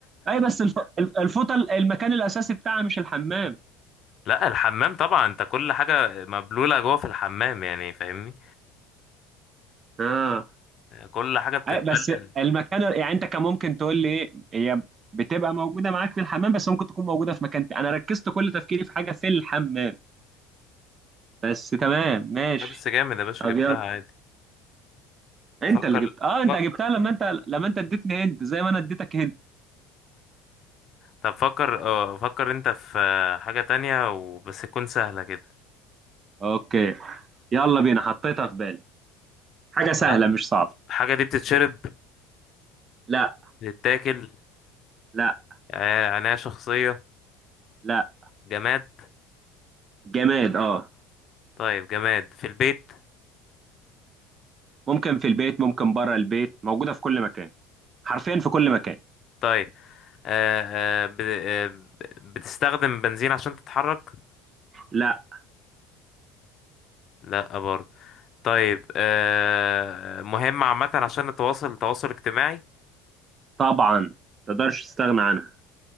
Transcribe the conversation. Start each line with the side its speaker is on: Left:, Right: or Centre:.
Right: اي بس الف... الف- الفوطة ال- المكان الأساسي بتاعها مش الحمام
Left: لا الحمام طبعا انت كل حاجة مبلولة جوه في الحمام يعني فاهمني
Right: اه
Left: كل حاجة بتتبلد
Right: اي بس المكان يعني انت كان ممكن تقول لي ايه هي بتبقى موجودة معاك في الحمام بس ممكن تكون موجودة في مكان تاني انا ركزت كل تفكيري في حاجة في الحمام بس تمام ماشي
Left: لا بس جامد يا باشا
Right: طب
Left: جبتها
Right: يلا
Left: عادي
Right: انت
Left: فكر
Right: اللي جبت اه انت
Left: فكر
Right: جبتها لما انت لما انت اديتني هند زي ما انا اديتك هند
Left: طب فكر اه فكر انت في حاجة تانية وبس تكون سهلة كده
Right: اوكي يلا بينا حطيتها في بالي حاجة سهلة
Left: طيب.
Right: مش صعبة
Left: الحاجة دي بتتشرب
Right: لا
Left: بتتاكل
Right: لا
Left: آه، عناية شخصية
Right: لا
Left: جماد
Right: جماد اه
Left: طيب جماد في البيت
Right: ممكن في البيت ممكن بره البيت موجودة في كل مكان حرفيا في كل مكان
Left: طيب آه آه ب... آه ب- بتستخدم بنزين عشان تتحرك
Right: لا
Left: لا برضه طيب آه مهم عامة عشان التواصل التواصل الاجتماعي
Right: طبعا تقدرش تستغنى عنها